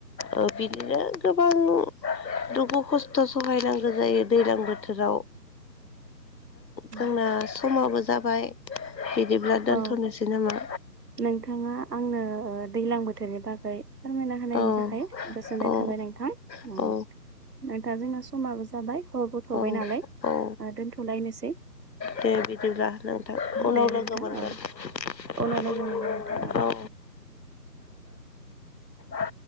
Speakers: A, on the left; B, on the right.
A: ओ बिदिनो गोबां दुखु खस्थ' सहायनांगौ जायो दैज्लां बोथोराव
B: उम
A: जोंना समाबो जाबाय बिदिब्ला दोनथ'नोसै
B: औ
A: नामा?
B: नोंथाङा आंनो दैज्लां बोथोरनि बागै फोरमायना होनायनि
A: औ
B: थाखाय गोजोननाय
A: औ
B: थाबाय नोंथां
A: औ
B: दा जोंना समाबो जाबाय हर बथबाय
A: औ
B: नालाय
A: औ
B: दोन्थलायनोसै
A: दे बिदिब्ला नों उनाव
B: दे नोंथां
A: लोगो मोनगोन
B: औ उनाव लोगो मोनगोन नोंथां
A: औ <unintelligible>